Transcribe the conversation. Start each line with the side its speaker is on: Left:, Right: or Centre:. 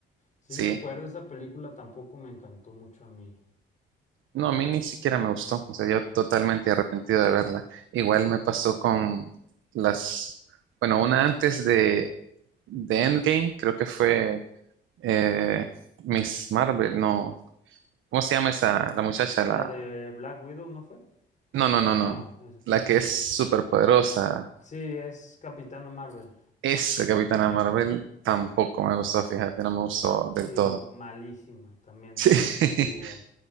Left: Sí
Right: Sí.
Left: me acuerdo, esa película tampoco me encantó mucho a mí.
Right: No, a mí ni siquiera me gustó. O sea, yo totalmente arrepentido de verla. Igual me pasó con las, bueno, una antes de, de Endgame, creo que fue eh, Miss Marvel, no. ¿Cómo se llama esa, la muchacha?
Left: ¿La
Right: La,
Left: de Black Widow no fue?
Right: no, no, no,
Left: No,
Right: no. no.
Left: esa fue
Right: La
Left: después.
Right: que es súper poderosa.
Left: Sí, es Capitana Marvel.
Right: Esa Capitana Marvel tampoco me gustó, fíjate, no me gustó
Left: Sí,
Right: del todo.
Left: no, malísima, también
Right: <laughs>
Left: coincido igual.